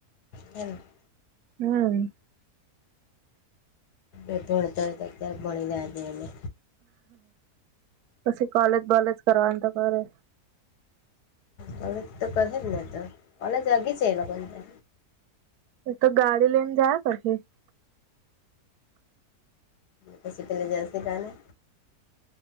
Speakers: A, on the left; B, on the right.
A: એમ <inaudible>
B: હમ
A: એ ભણતર અત્યારે ભણી લ્યાજે અને
B: પછી કોલેજ બોલેજ કરવાનું તો કરે
A: કોલેજ તો કહે જ ને તો કોલેજ આગી જ એ લોકો પણ તો
B: એ તો ગાડી લઈને જાય ત
A: પછી જેન્સ કારણે.